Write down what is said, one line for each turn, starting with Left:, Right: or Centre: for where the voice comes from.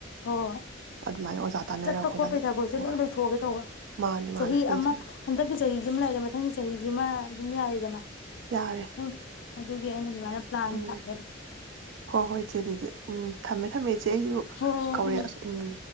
Left: ꯍꯣꯏ ꯍꯣꯏ
Right: ꯑꯗꯨꯃꯥꯏꯅ ꯑꯣꯖꯥ ꯇꯥꯟꯅꯔ
Left: ꯆꯠꯄ
Right: ꯈꯣꯠꯂꯒ
Left: ꯈꯣꯠꯄꯩ ꯊꯕꯛꯁꯦ
Right: ꯍ
Left: ꯂꯣꯏ ꯂꯣꯏꯊꯣꯛꯑꯒꯦ ꯇꯧꯕ
Right: ꯃꯥꯅꯦ ꯃꯥꯅꯦ
Left: ꯆꯍꯤ
Right: ꯂꯣꯏꯊꯣꯛꯑꯦ
Left: ꯑꯃ ꯍꯟꯗꯛꯀꯤ ꯆꯍꯤꯁꯤ ꯑꯃ ꯂꯩꯔꯦ ꯃꯊꯪꯒꯤ ꯆꯍꯤꯁꯤꯃ ꯑꯗꯨꯝ ꯌꯥꯔꯤꯗꯅ
Right: ꯌꯥꯔꯦ
Left: ꯎꯝ ꯑꯗꯨꯒꯤ ꯑꯩꯅ ꯑꯗꯨꯃꯥꯏꯅ ꯄ꯭ꯂꯥꯟ
Right: ꯎꯝ
Left: ꯂꯥꯛꯂꯦꯕ
Right: ꯍꯣꯏ ꯍꯣꯏ ꯏꯆꯦ ꯑꯗꯨꯗꯤ ꯎꯝ ꯊꯝꯃꯦ ꯊꯝꯃꯦ ꯏꯆꯦ ꯑꯩꯁꯨ
Left: ꯍ
Right: ꯀꯧꯔꯛꯑꯦ
Left: ꯎ
Right: ꯎꯝ